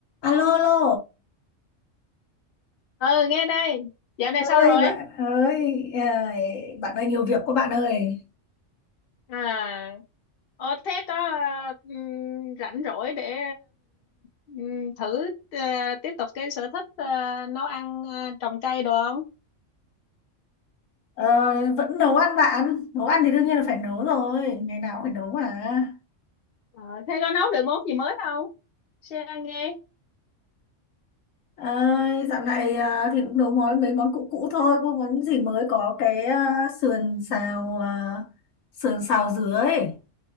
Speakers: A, on the left; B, on the left.
A: Alo, alo.
B: ừ nghe đây dạo này
A: Ơi
B: sao rồi
A: bạn ơi, à, bạn ơi nhiều việc quá bạn ơi.
B: à ờ thế có ờ, ừm, rảnh rỗi để ừm, thử ờ, tiếp tục cái sở thích ờ, nấu ăn ờ, trồng cây đồ không
A: Ờ, vẫn nấu ăn bạn. Nấu ăn thì đương nhiên là phải nấu rồi, ngày nào cũng phải nấu mà.
B: Ờ, thế có nấu được món gì mới không share nghe
A: Ờ, dạo này à, thì cũng nấu món mấy món cũ cũ thôi, không có gì mới có cái à, sườn xào à, sườn xào dứa ấy,